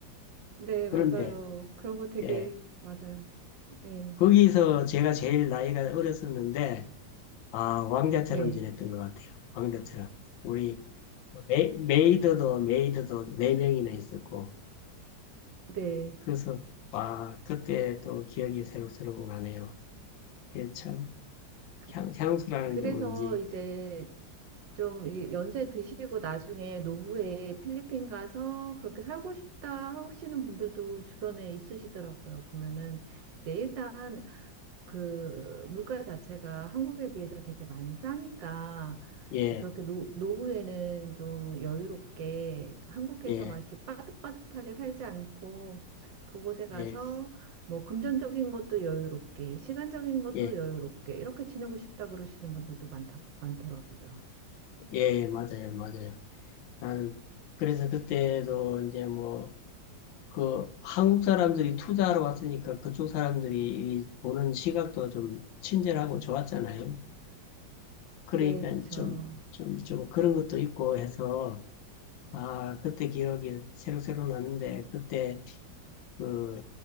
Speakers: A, on the right; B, on the left.
A: 네,
B: 그런데,
A: 맞아요. 그런 거 되게
B: 예.
A: 맞아요. 네,
B: 거기서 제가 제일 나이가 어렸었는데, 아, 왕자처럼
A: 네,
B: 지냈던 것 같아요. 왕자처럼. 우리, 그 메, 메이드도, 메이드도 네명이나 있었고,
A: 네.
B: 그래서, 와, 그때 또 기억이 새록새록 나네요. 그게 참,
A: 그,
B: 향, 향수라는
A: 그래서
B: 게 뭔지.
A: 이제 좀이 연세 드시고 나중에 노후에 필리핀 가서 그렇게 살고 싶다 하시는 분들도 주변에 있으시더라고요. 보면은 이제 일단 그 물가 자체가 한국에 비해서 되게 많이 싸니까
B: 예,
A: 그렇게 노, 노후에는 좀 여유롭게 한국에서
B: 예,
A: 막 이렇게 빠듯빠듯하게 살지 않고 그곳에 가서
B: 예,
A: 뭐 금전적인 것도 여유롭게 시간적인 것도
B: 예,
A: 여유롭게 이렇게 지내고 싶다 그러시는 분들도 많다 많더라고요.
B: 예, 맞아요, 맞아요. 나는, 그래서 그때도 이제 뭐, 그, 한국 사람들이 투자하러 왔으니까 그쪽 사람들이 이 보는 시각도 좀 친절하고 좋았잖아요. 그러니까
A: 네, 그쵸.
B: 좀, 좀, 좀 그런 것도 있고 해서, 아, 그때 기억이 새록새록 나는데, 그때 그